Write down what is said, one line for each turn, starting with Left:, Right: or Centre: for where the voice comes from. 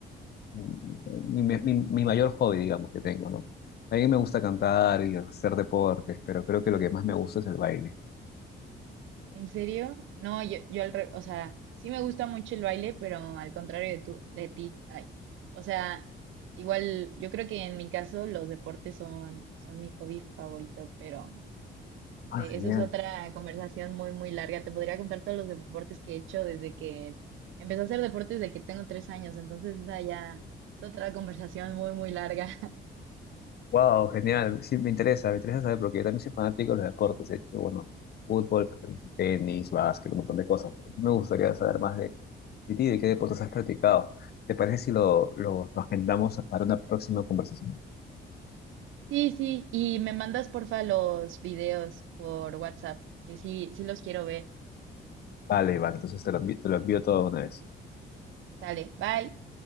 Left: mi, mi- mi mi mayor hobby, digamos, que tengo, ¿no? A mí me gusta cantar y hacer deportes, pero creo que lo que más me gusta es el baile.
Right: ¿En serio? No, yo, yo al revés, o sea, sí me gusta mucho el baile, pero al contrario de tú, de ti. Ay. O sea, igual, yo creo que en mi caso los deportes son, son mi hobby favorito, pero no sé,
Left: Ah, genial.
Right: eso es otra conversación muy, muy larga. Te podría contar todos los deportes que he hecho desde que empecé a hacer deportes desde que tengo tres años, entonces esa ya es otra conversación muy, muy larga. <laughs>
Left: Wow, genial. Sí, me interesa, me interesa saber porque yo también soy fanático de los deportes. He hecho, bueno, fútbol, tenis, básquet, un montón de cosas. Me gustaría saber más de, de ti, de qué deportes has practicado. ¿Te parece si lo, lo, lo agendamos para una próxima conversación?
Right: Sí, sí, y me mandas porfa los videos por WhatsApp, que sí, sí los quiero ver.
Left: Vale, vale, entonces te lo envi- te lo envío, todo de una vez.
Right: Sale, bye.